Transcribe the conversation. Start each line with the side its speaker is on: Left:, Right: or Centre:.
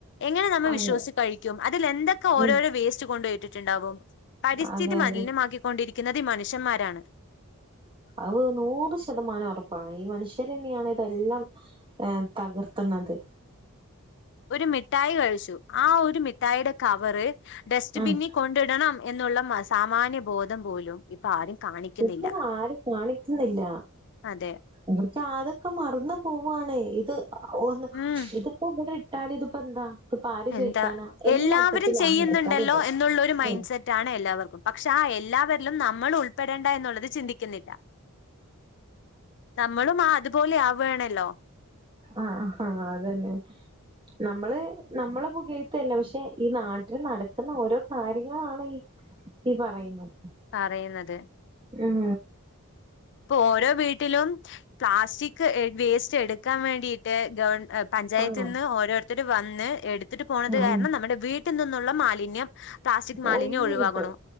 Left: എങ്ങനെ നമ്മൾ
Right: അതെ
Left: വിശ്വസിച്ചു കഴിക്കും അതിൽ എന്തൊക്കെ ഓരോരോ
Right: ഉം
Left: വേസ്റ്റ് കൊണ്ടപോട്ടിട്ടുണ്ടാവും പരിസ്ഥിതി
Right: അതെ
Left: മതി
Right: അതെ
Left: ലിന്യമാക്കിക്കൊണ്ടിരിക്കുന്നത് ഈ മനുഷ്യന്മാരാണ്
Right: അത് നൂറ് ശതമാനം ഉറപ്പാണ് ഈ മനുഷ്യർ തന്നെയാണ് ഏഹ് ഇതെല്ലാം തകർത്ത ന്നത്
Left: ഒരു മിഠായി കഴിച്ചു ആ ഒരു മിഠായിയുടെ കവറ് ഡസ്റ്റ്ബിനിൽ
Right: ഉം
Left: കൊണ്ടിടണം എന്നുള്ള സാമാന്യ ബോധം പോലും ഇപ്പൊ ആരും കാണിക്കുന്നില്ല
Right: ഇപ്പോൾ ആരും കാണിക്കുന്നില്ല
Left: അതെ
Right: ന്നൊക്കെ അതൊക്കെ മറന്ന് പോവാണെ ഇത് ഒന്ന്
Left: ഉം
Right: ഇതിപ്പോ <unintelligible> കിട്ടാൻ ഇതിപ്പോ എന്താ ഇതിപ്പോ ആര് ചോദിക്കാനാ?
Left: എന്താ
Right: എന്ന
Left: എല്ലാവരും
Right: മട്ടത്തിലാണ്
Left: ചെയ്യുന്നുണ്ടല്ലോ
Right: ആൾക്കാര് ഇടാ.
Left: എന്നുള്ള ഒരു മൈൻഡ്
Right: ഉം.
Left: സെറ്റ് ആണ് എല്ലാവർക്കും പക്ഷെ ആ എല്ലാവരിലും നമ്മൾ ഉൾപ്പെടേണ്ട എന്നുള്ളത് ചിന്തിക്കുന്നില്ല നമ്മളും ആ അതുപോലെ ആവണല്ലോ
Right: അഹ് അതന്നെ നമ്മള് നമ്മള ഴുത്തല്ല പക്ഷെ ഈ നാട്ടിൽ നടക്കുന്ന ഓരോ കാര്യങ്ങളാണ് ഈ ഈ പറയുന്നത്
Left: പറയുന്നത്
Right: ഉം
Left: ഇപ്പൊ ഓരോ വീട്ടിലും പ്ലാസ്റ്റിക് വേസ്റ്റ് എടുക്കാൻ വേണ്ടീട്ട് ഗവൺ പ പഞ്ചായത്തിൽ
Right: ആഹ്
Left: നിന്ന് ഓരോരുത്തര് വന്ന് എടുത്തിട്ട് പോണത്
Right: ആഹ്
Left: കാരണം നമ്മുടെ വീട്ടിൽ നിന്നുള്ള മാലിന്യം പ്ലാസ്റ്റിക് മാലിന്യം
Right: ഒഴിഞ്ഞ്
Left: ഒഴിവാകണു
Right: കിട്ടും.